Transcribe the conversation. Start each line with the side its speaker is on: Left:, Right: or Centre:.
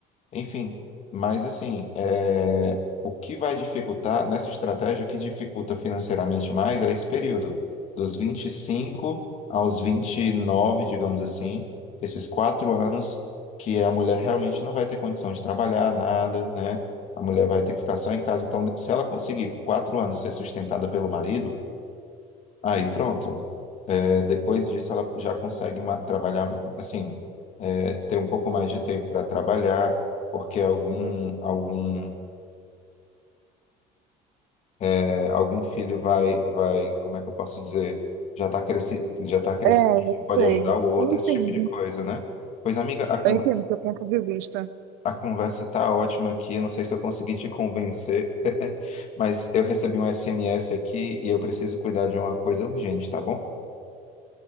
Left: Enfim, mas assim, é, o que vai dificultar nessa estratégia, o que dificulta financeiramente mais é esse período, dos 25 aos 29, digamos assim, esses quatro anos que a mulher realmente não vai ter condição de trabalhar, nada, né? A mulher vai ter que ficar só em casa. Então, se ela conseguir por quatro anos ser sustentada pelo marido, aí pronto, é, Depois disso, ela já consegue ma- trabalhar, assim, é, ter um pouco mais de tempo para trabalhar, porque algum, algum, é, algum filho vai, vai, como é que eu posso dizer? Já está crescido, já tá crescido,
Right: É, eu
Left: pode
Right: sei.
Left: ajudar o outro,
Right: Eu entendo.
Left: esse tipo de coisa, né? Pois, amiga, a conversa,
Right: Eu entendo seu ponto de vista.
Left: a conversa tá ótima aqui, não sei se eu consegui te convencer, <laughs> mas eu recebi um SMS aqui e eu preciso cuidar de uma coisa urgente, tá bom?